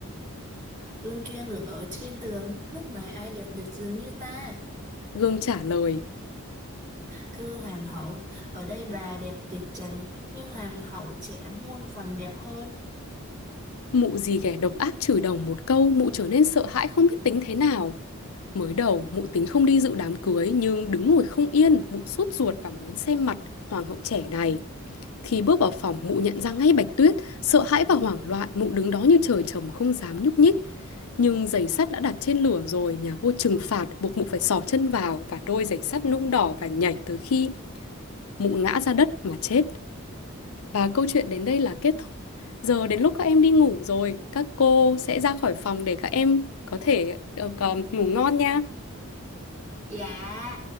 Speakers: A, on the right; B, on the left.
A: Gương kia ngự ở trên tường, lúc này ai đẹp được dường như ta.
B: Gương trả lời.
A: Thưa hoàng hậu, ở đây bà đẹp tuyệt trần, nhưng hoàng hậu trẻ muôn phần đẹp hơn.
B: Mụ dì ghẻ độc ác chửi đồng một câu, mụ trở nên sợ hãi không biết tính thế nào. Mới đầu, mụ tính không đi dự đám cưới nhưng đứng ngồi không yên, mụ sốt ruột và muốn xem mặt hoàng hậu trẻ này. Khi bước vào phòng, mụ nhận ra ngay Bạch Tuyết, sợ hãi và hoảng loạn, mụ đứng đó như trời trồng không dám nhúc nhích. Nhưng giày sắt đã đặt trên lửa rồi, nhà vua trừng phạt, buộc mụ phải xỏ chân vào và đôi giày sắt nung đỏ và nhảy tới khi mụ ngã ra đất mà chết. Và câu chuyện đến đây là kết thúc. Giờ đến lúc các em đi ngủ rồi, các cô sẽ ra khỏi phòng để các em có thể được ờ, ngủ ngon nha.
A: Dạ